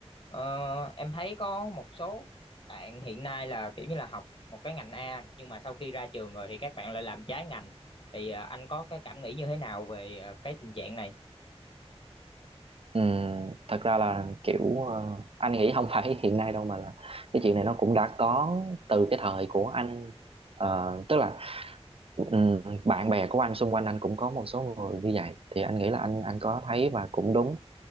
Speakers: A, on the left; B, on the right.
A: Ờ, em thấy có một số bạn hiện nay là kiểu như là học một cái ngành A nhưng mà sau khi ra trường rồi thì các bạn lại làm trái ngành thì ờ, anh có cái cảm nghĩ như thế nào về ờ, cái tình trạng này?
B: Ừ, thật ra là kiểu ờ, anh nghĩ không phải hiện nay đâu mà là cái chuyện này nó cũng đã có từ cái thời của anh Ờ, tức là ừm, bạn bè của anh xung quanh anh cũng có một số người như vậy thì anh nghĩ là anh anh có thấy và cũng đúng